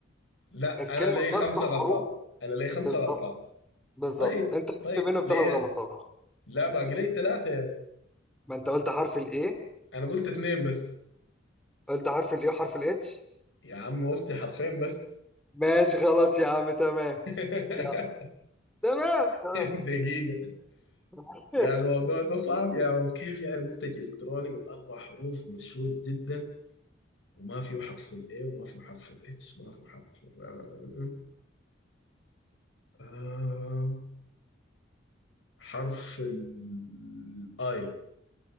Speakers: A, on the left (about 70°); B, in the centre.
A: لا
B: الكلمه
A: أنا لي
B: باربع
A: خمسة
B: حروف
A: غلطات أنا لي خمسة
B: بالظبط
A: غلطات
B: بالظبط
A: طيب
B: انت قلت
A: طيب
B: منهم
A: ليه؟
B: ثلاث غلطات
A: لا باقي لي ثلاثة يا مان
B: ما انت قلت حرف الايه
A: أنا قلت اتنين بس
B: قلت حرف الايه وحرف الاتش
A: يا عم قلت حرفين بس
B: ماشي خلاص يا عم تمام
A: <laughs>
B: يلا تمام تمام
A: دقيقة
B: <laughs>
A: يعني الموضوع ده صعب يا عم كيف يعني منتج إلكتروني من أربع حروف مشهور جدا وما فيه حرف ال A وما فيه حرف ال H ما فيه حرف ال- آه. حرف الاي